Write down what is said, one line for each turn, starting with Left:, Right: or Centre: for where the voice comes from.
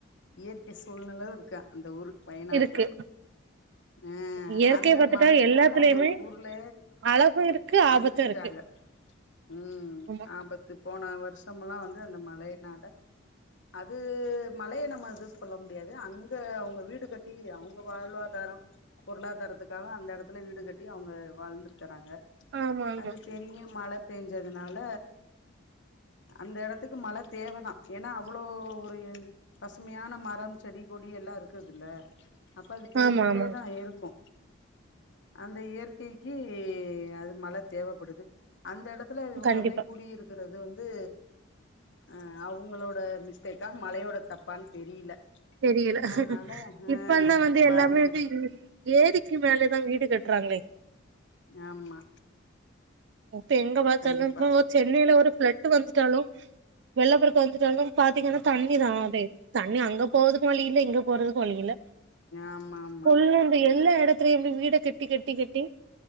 Left: இயற்கை சூழ்நில இருக்கா அந்த ஊரு வயநாட்ல
Right: இருக்கு
Left: அ
Right: இயற்கைய
Left: அந்த
Right: பாத்துட்டா
Left: மழையினால
Right: எல்லாத்துலயுமே
Left: அந்த ஊர்லே
Right: அழகு இருக்கு ஆபத்து
Left: அழுஞ்சிட்டாங்க
Right: இருக்கு
Left: ம்
Right: ஆமா
Left: ஆபத்து போன வருஷம்லா வந்து அந்த மழையினால அது மழைய நம்ம எதுவு சொல்ல முடியாது அங் க அவுங்க வீடு கட்டி அவுங்க வாழ்வாதாரோ பொருளாதாரத்துக்காக அந்த எடத்துல வீடு கட்டி அவுங்க வாழ்ந்திருக்கறாங்க
Right: ஆமா ஆமா
Left: அது பெரிய மழ பெஞ்சதுனால அந்த எடத்துக்கு மழ தேவதா ஏனா அவ்ளோ ஒரு பசுமையான மரம் செடி கொடி எல்லா இருக்குது இல்ல அப்ப அது பெஞ்சுகிட்டே
Right: ஆமா ஆமா
Left: தா இருக்கு அந்த இயற்கைக்கி அது மழ தேவப்படுது அந்த எடத் துல இவங்க
Right: கண்டிப்பா
Left: போய் குடியிருக்கிறது வந்து அ அவங்களோட மிஸ்டேக்கா மழையோட தப்பான் தெரியல
Right: தெரியல
Left: அதனால ஆ
Right: இப்பந் தா வந்து
Left: பாதிப்பு
Right: எல்லாமே வந்து ஏரிக்கு மேலேதா வீடு கட்டுறாங்களே
Left: ஆமா
Right: இப்ப எங்க பாத்தாலு
Left: கண்டிப்பா
Right: இப்ப சென்னைல ஒருஃப்ளட்டு வந்துட்டாலு வெள்ள பெருக்கு வந்துட்டு வந்து பாத்திங்கன்னா தண்ணி தா அதே தண்ணி அங்க போறதுக்கு வழி இல்ல இங்க போறதுக்கு வழி இல்ல
Left: ஆமா ஆமா
Right: ஃபுல்லா அந்த எல்லா எடத் துலயு வீட கெட்டி கெட்டி கெட்டி